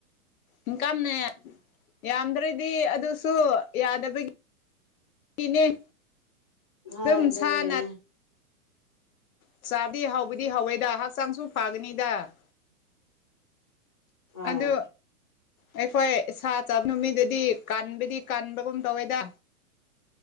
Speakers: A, on the left; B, on the left.
A: ꯏꯟꯀꯝꯅꯦ ꯌꯥꯝꯗ꯭ꯔꯗꯤ ꯑꯗꯨꯁꯨ ꯌꯥꯗꯕꯒꯤ ꯒꯤꯅꯦ
B: ꯍꯣꯏ
A: ꯑꯗꯨꯝꯁꯅ
B: ꯑꯗꯨꯅꯦ
A: ꯆꯥꯕꯗꯤ ꯍꯥꯎꯕꯗꯤ ꯍꯥꯎꯋꯦꯗ ꯍꯛꯆꯥꯡꯁꯨ ꯐꯒꯅꯤꯗ
B: ꯍꯣꯏ
A: ꯑꯗꯨ ꯑꯩꯈꯣꯏ ꯁꯥ ꯆꯥꯕ ꯅꯨꯃꯤꯗꯗꯤ ꯀꯟꯕꯨꯗꯤ ꯀꯟꯕꯒꯨꯝ ꯇꯧꯋꯦꯗ